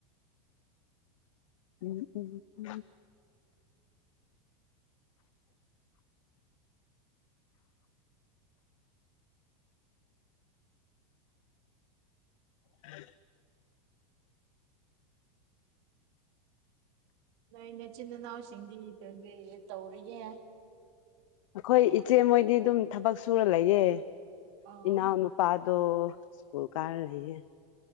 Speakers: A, on the left; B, on the right.
A: ꯎꯝ ꯎꯝ ꯎꯝ ꯍ
B: ꯅꯣꯏꯅꯦꯆꯤꯟ ꯏꯅꯥꯎꯁꯤꯡꯗꯤ ꯀꯩ ꯀꯔꯤ ꯇꯧꯔꯤꯒꯦ
A: ꯑꯩꯈꯣꯏ ꯏꯆꯦ ꯃꯣꯏꯗꯤ ꯑꯗꯨꯝ ꯊꯕꯛ ꯁꯨꯔ ꯂꯩꯌꯦꯦ
B: ꯑꯣ
A: ꯏꯅꯥꯎꯅꯨꯄꯥ ꯗ ꯁ꯭ꯀꯨꯜ ꯀꯥꯌꯦ